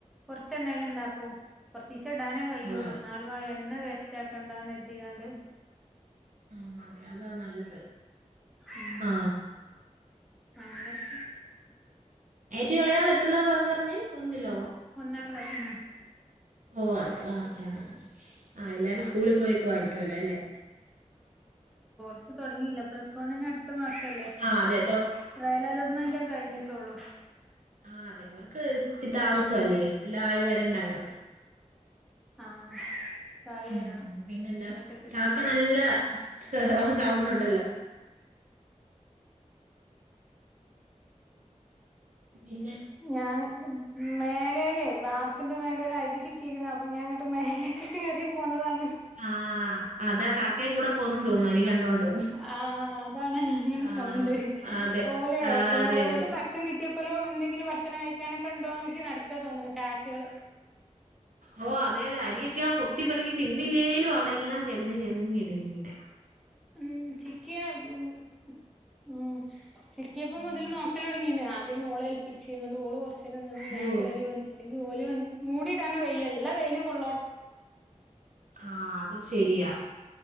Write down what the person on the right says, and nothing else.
ഓ
ആ അതെ അതാ നല്ലത്
ആ
ഏറ്റവും എളെയാള് എത്രലാ പറഞ്ഞറിഞ്ഞെ ഒന്നിലോ
ഓ അതെ ആ ആ ആ ആ എല്ലാരും സ് സ്കൂളി പോയേക്കൂവായിട്ടല്ലോ അല്ലേ
ആഹ് അതെ
ആ അതെ അവർക്ക് ഇച്ചി താമസവല്ലേ എല്ലാം ആയി വരണ്ടായോ
മ്മ്
പിന്നെന്താ
കാക്ക നല്ല സ സൗണ്ടൊണ്ടല്ലോ പിന്നെ
ആഹ് അതാ കാക്കയും കൂടെ പോന്നും തോന്നുന്നു അരി കണ്ടോണ്ട്
ആഹ്
അതെ
ആഹ്
അതെ
അതെ
ഓ അതെ അതെ അരിയൊക്കെ കൊത്തിപ്പറുകി തിന്നില്ലേലും അവിടെ എല്ലാം ചെതഞ്ഞ് ചെതഞ് ഇടേം ചെയ്യ്ന്നെ
ആഹ്
ഓ
ആ അതും ശരിയാ